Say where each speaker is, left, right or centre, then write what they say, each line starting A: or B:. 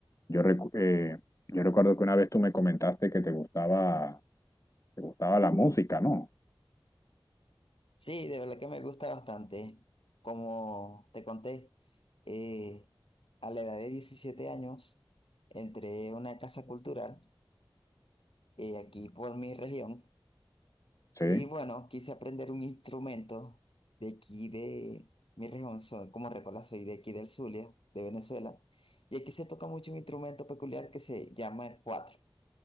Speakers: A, on the left (about 35°); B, on the left (about 80°).
A: Yo, recu- eh, yo recuerdo que una vez tú me comentaste que te gustaba, te gustaba la música, ¿no?
B: Sí, de verdad que me gusta bastante. Como te conté, eh, a la edad de 17 años entré a una casa cultural eh, aquí por mi región
A: Sí.
B: y bueno, quise aprender un instrumento de aquí de mi región. Soy, como recuerdas, soy de aquí del Zulia, de Venezuela. Y aquí se toca mucho un instrumento peculiar que se llama el cuatro.